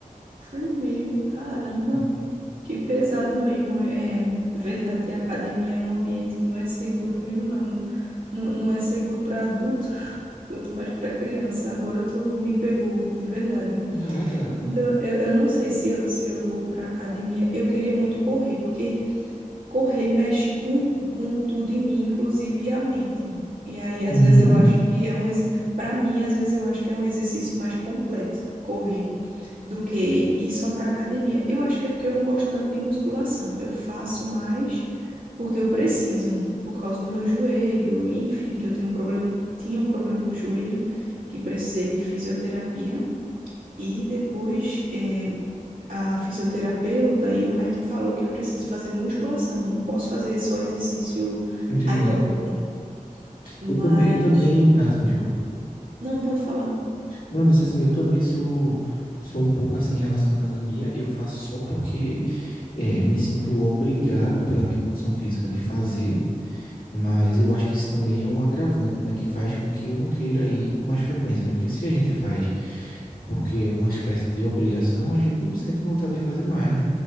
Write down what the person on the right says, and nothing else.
Foi mesmo, caramba.
Que pesado mesmo. É, é verdade, a academia é um ambiente que não é seguro mesmo, não. Não, não é seguro para adulto, <laughs> quanto mais para criança. Agora tu me pegou, de verdade.
Então, eu, eu não sei se eu, se eu vou para academia. Eu queria muito correr, porque correr mexe com, com tudo em mim, inclusive a mente. E aí, às
vezes, eu acho que é um. Para mim, às vezes, eu acho que é um exercício mais completo, correr do que ir só para academia. Eu acho que é porque eu não gosto tanto de musculação. Eu faço mais porque eu preciso, por causa do meu joelho, enfim, que eu tenho um problema, tinha um problema no joelho, que precisei de fisioterapia e depois eh, a fisioterapeuta e o médico falou que eu preciso fazer musculação, não posso fazer só exercício
aeróbico, mas
não pode falar.